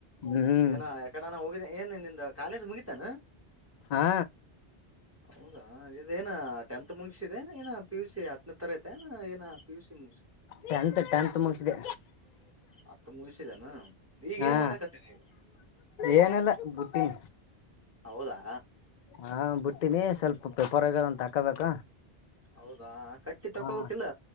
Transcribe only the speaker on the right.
ಏನ ಯಕಡಾನ ಹೋಗಿದ್ದ ಏನ್ ನಿ್ದ ಕಾಲೇಜ್ ಮುಗಿತಾನ
ಹೌದಾ ಅ ಇದೇನ ಟೆಂತ್ ಮುಗಸಿದೆ ಏನ ಪಿ ಯು ಸಿ ಹತ್ತನ ತರ ಐತೆ ಏನ ಪಿ ಯು ಸಿ ಮುಗಿಸಿ
ಹತ್ತು ಮುಗಿಸಿದೇನ ಈಗ
ಏನ್ ಮಾಡಕತ್ತೀನಿ ಈಗ
ಹೌದಾ,
ಹೌದಾ ಕಟ್ಟಿ ತಕೋಬೇಕಿಲ್ಲ